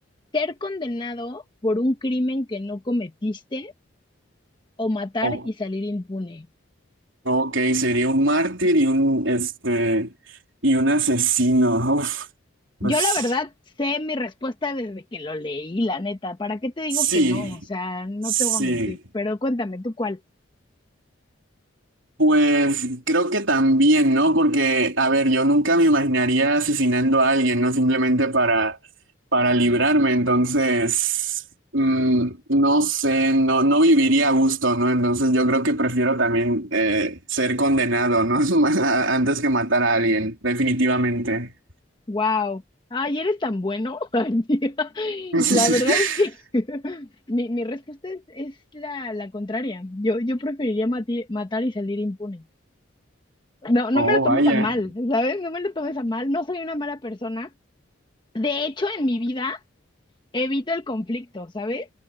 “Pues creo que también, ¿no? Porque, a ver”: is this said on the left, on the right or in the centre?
Right